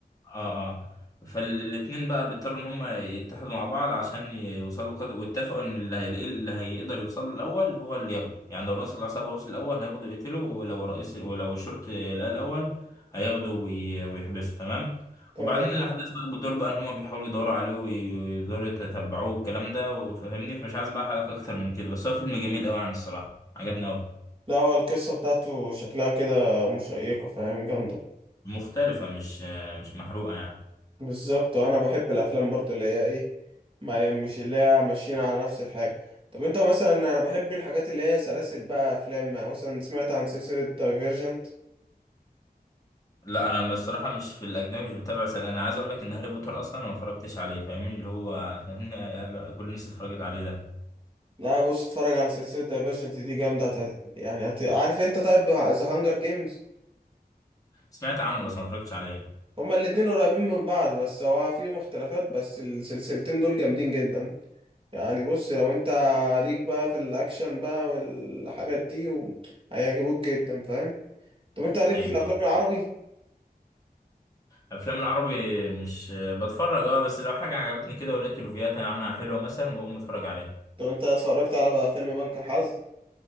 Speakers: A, on the left (about 20°); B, on the right (about 35°).
A: اه اه فالاتنين بقى بيضطروا ان هم يتحدوا مع بعض عشان يوصلوا لقدر واتفقوا ان اللي هيلاقيه اللي هيقدر يوصل له الاول هو اللي ياخده يعني لو رئيس العصابة وصل الاول هياخده يقتله ولو رئيس ولو الشرطي لقاه الاول هياخده وي- ويحبسه تمام
B: تمام
A: وبعدين الاحداث بقى بتدور بقى ان هم بيحاولوا يدوروا عليه ويقدروا يتتبعوه الكلام ده وفهمني فمش عايز بقى حلقة اكتر من كده بس هو فيلم جميل قوي يعني الصراحة عجبني قوي
B: لا هو القصة بتاعته شكلها كده مشيقة فاهم جامدة
A: مختلفة مش مش محروقة يعني
B: بالظبط انا بحب الافلام برضو اللي هي ايه ما مش اللي هي ماشيين على نفس الحاجه طب انت مثلا انا بحب الحاجات اللي هي سلاسل بقى افلام يعني مثلا سمعت عن سلسله دايفيرجنت
A: لا انا بصراحة مش في الاجنبي مش بتابع سلسلة انا عايز اقول لك ان هاري بوتر اصلا أنا ما اتفرجتش عليه فاهمني اللي هو فاهمني قال- كل الناس اتفرجت عليه ده
B: لا بص اتفرج على سلسله دايفيرجنت دي جامده هت- يعني هت... عارف انت طيب ذا هانجر جيمز
A: سمعت عنه بس ما اتفرجتش عليه
B: هما الاتنين قريبين من بعض بس هو فيهم اختلافات بس السلسلتين دول جامدين جدا يعني بص لو انت ليك بقى في الاكشن بقى والحاجات دي و... هيعجبوك جدا فاهم طب انت ليك
A: ايوه
B: في الافلام
A: آه.
B: العربي
A: افلام العربي مش بتفرج اه بس لو حاجة عجبتني كده ولقيت ريفيوهات عنها حلوة مثلا بقوم اتفرج عليها
B: لو انت اتفرجت على فيلم بنك الحظ